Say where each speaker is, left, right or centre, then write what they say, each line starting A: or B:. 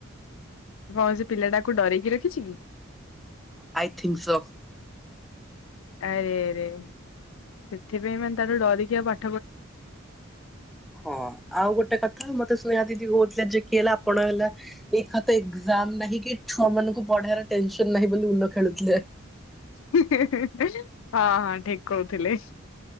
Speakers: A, on the left (about 80°); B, in the centre.
A: କଣ ସେ ପିଲାଟା ଆକୁ ଡରେକି ରଖିଚି କି?
B: I think so.
A: ଆରେ ଆରେ ସେଥିପାଇଁ ମାନେ ତାକୁ ଡରିକି ଆଉ ପା
B: ହଁ ଆଉ ଗୋଟେ କଥା ମତେ ସ୍ନେହା ଦିଦି କହୁଥିଲା ଯେ କିଏ ହେଲା ଆପଣ ହେଲା ଏଇଖା ତ ଏକ୍ଜାମ୍ ନାହିଁ କି ଛୁଆ ମାନଙ୍କୁ ପଢେଇଆର ଟେନସନ୍ ନାହିଁ ବୋଲି ଇନୋ ଖେଳୁଥିଲେ।
A: ହିଁ -ହିଁ -ହିଁ ଠିକ୍ କହୁଥିଲେ।